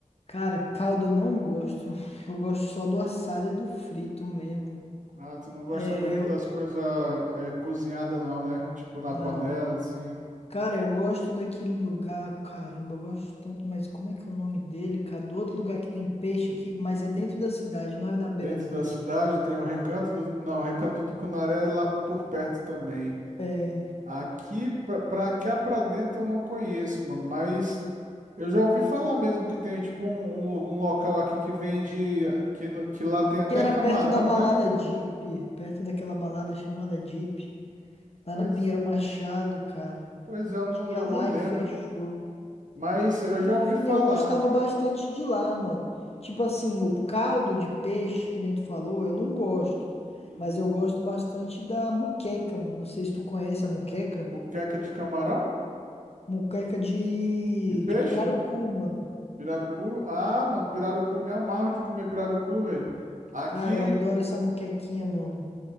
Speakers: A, on the left; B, on the right.
A: Cara, caldo eu não gosto. Eu gosto só do assado e do frito mesmo.
B: Ah, tu não gosta
A: É,
B: muito
A: eu.
B: das coisas é, cozinhadas não, né? Tipo
A: Não.
B: na panela, assim.
A: Cara, eu gosto daquele lugar. Caramba, eu gosto tanto, mas como é que é o nome dele, cara? Do outro lugar que tem peixe aqui, mas é dentro da cidade, não é na beira
B: Dentro
A: do rio.
B: da cidade tem o Recanto do... Não, o Recanto do Tucunaré é lá por perto também.
A: É.
B: Aqui, pra, pra cá pra dentro eu não conheço, mano, mas Eu já ouvi falar mesmo que tem tipo um, um lo- um local aqui que vende, que, no- que lá tem até
A: Que era
B: camarão,
A: perto da balada
B: né?
A: Jeep, perto daquela balada chamada Jeep, lá
B: Pois,
A: na Pinheiro Machado, cara.
B: pois é, eu não,
A: Tinha
B: eu
A: lá
B: não lembro.
A: e fechou.
B: Mas eu
A: Enfim,
B: já ouvi falar.
A: eu gostava bastante de lá, mano. Tipo assim, o caldo de peixe, que nem tu falou, eu não gosto.
B: Uhum.
A: Mas eu gosto bastante da muqueca, mano. Não sei se tu conhece a muqueca.
B: Moqueca de camarão?
A: Muqueca de,
B: De peixe?
A: de pirarucu, mano.
B: Pirarucu? Ah, mano, pirarucu, me amarro de comer pirarucu, velho. Aqui
A: Cara, eu adoro essa muquequinha, mano.